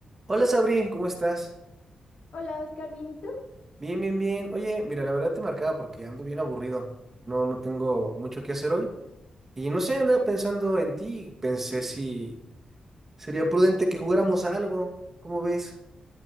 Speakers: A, on the right; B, on the left.
A: Hola Sabri, ¿cómo estás?
B: Hola, Oscar, ¿bien y tú?
A: Bien, bien, bien. Oye, mira, la verdad te marcaba porque ando bien aburrido. No, no tengo mucho que hacer hoy. Y no sé, andaba pensando en ti. Pensé si sería prudente que jugáramos a algo. ¿Cómo ves?